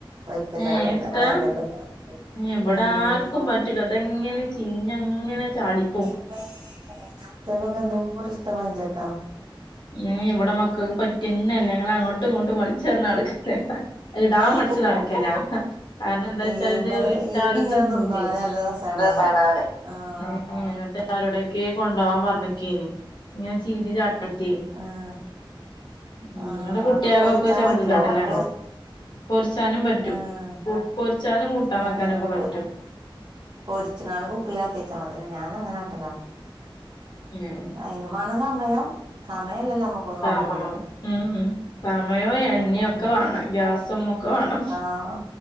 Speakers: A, on the right; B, on the left.
A: വരിക്കച്ചക്കല്ല
B: ഏഹ് ഇഷ്ടാ
A: പഴഞ്ചക്കല്ല
B: ഇവിടെ
A: ഉം
B: ആർക്കും പറ്റുല്ല. അതെങ്ങനെ ചിഞ്ഞങ്ങനെ ചാടി
A: ഇമ്മേ ൻ്റെ കുട്ട്യാക്കൊക്കെന്തോര് ഇഷ്ട പയഞ്ചക്കാന്നോ
B: ഉം ഇവിടെ മക്കൾക്ക് പറ്റുന്നല്ലേ ഞങ്ങ അങ്ങോട്ടും ഇങ്ങോട്ടും മളിച്ച തർന്ന നടക്കല്ല ഇടാൻ
A: ഏഹ്
B: മടിച്ച് നടക്കല കാരണം എന്താ
A: ഈ
B: വച്ചാൽ
A: ഇബല്
B: ഇത് ഇട്ടാറതൊന്നുംല്ലേ
A: ഇതിങ്ങനെ തിന്നാന് നല്ല രസാണ്
B: <unintelligible>
A: പറിം ആഹ്
B: ആഹ് എന്നിട്ട് ആരോടയൊക്കെ കൊണ്ട് പോവാൻ പറഞ്ഞിക്കനി ഇങ്ങനെ ചീഞ്ഞ് ചക്കി <unintelligible>
A: ആഹ്
B: ഉം
A: ആഹ്
B: ഇങ്ങളെ കുട്ട്യാകൊക്കെ
A: പൊരിച്ചാൻ
B: ചങ്ക്
A: പറ്റോ
B: കെട്ടലാണ്
A: പൊരി
B: പൊര്ച്ചാനും പറ്റും
A: ആഹ്
B: പൊരിച്ചാനും കൂട്ടാൻ
A: ഏഹ്
B: വെക്കാനൊക്കെ പറ്റും
A: പൊരി പൊരിച്ച്ങ്ങാണ്ട് കുപ്പീലാക്കി വെച്ചാ മതിലോ. ഞാനങ്ങനെ കാട്ടലാ.
B: ഉം ഉം
A: അയ്‌നും മാണം സമയം. സമയല്ലല്ലോ നമ്ക്ക് ഒന്നും ഒന്നിനും.
B: സമയം ഉം ഉം. സമയവും എണ്ണയൊക്കെ
A: അതാണ്
B: വേണം.
A: കൊഴപ്പം
B: ഗ്യാസും ഒക്കെ വേണം.
A: ആഹ്